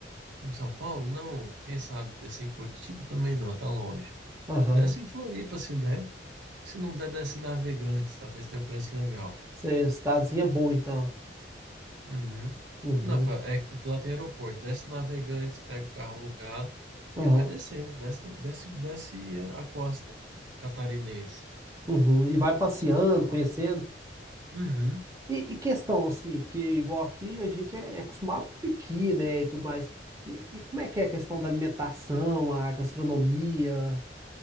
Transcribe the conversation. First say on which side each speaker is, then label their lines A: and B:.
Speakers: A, on the right; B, on the right.
A: em São Paulo? Não, quem sabe, descer em Curitiba também não, tá longe.
B: Aham.
A: Desce em Floripa se der. Se não der, desce em Navegantes. Talvez tenha um preço legal.
B: Você, cidadezinha boa, então.
A: Uhum.
B: Uhum.
A: Não, pa- é que lá tem aeroporto. Desce em Navegantes, pega o carro alugado
B: Aham.
A: e vai descendo. Desce, desce, desce a costa catarinense.
B: Uhum. E vai passeando, conhecendo.
A: Então, uhum.
B: E, e questão, assim, porque igual aqui a gente é, é acostumado com piqui, né, e tudo mais. E, e como é que é a questão da alimentação, a gastronomia,